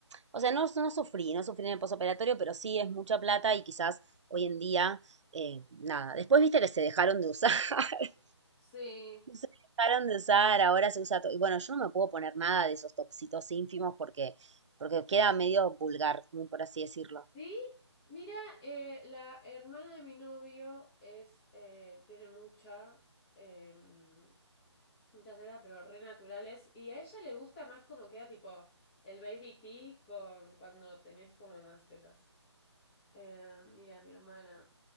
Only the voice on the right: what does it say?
O sea, no, no sufrí, no sufrí en el posoperatorio, pero sí es mucha plata y quizás hoy en día, eh, nada. Después viste que se dejaron de usar. <laughs>
Se dejaron de usar, ahora se usa todo. Y bueno, yo no me puedo poner nada de esos topsitos ínfimos porque, porque queda medio vulgar, como por así decirlo.